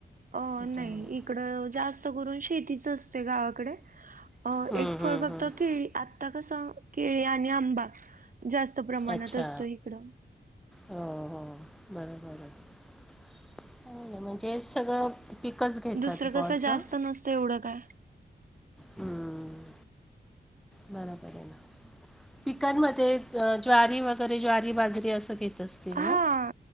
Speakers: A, on the right (about 50°); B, in the centre.
A: अ
B: त्याच्यामुळे
A: नाही इकडं जास्त करून शेतीच असते गावाकडे अ
B: हम्म
A: एक फळ
B: हम्म
A: फक्त
B: हम्म
A: केळी आत्ता कस केळी आणि आंबा जास्त प्रमाणात
B: अच्छा
A: असतो इकडं
B: हो हो बरं बरं म्हणजेच सगळं पिकच घेतात
A: दुसरं कसं
B: बर सं
A: जास्त नसतं एवढं काय?
B: हम्म बरोबर आहे ना
A: हम्म.
B: पिकांमध्ये ज्वारी वगैरे ज्वारी बाजरी असं घेत असतील
A: हा
B: ना?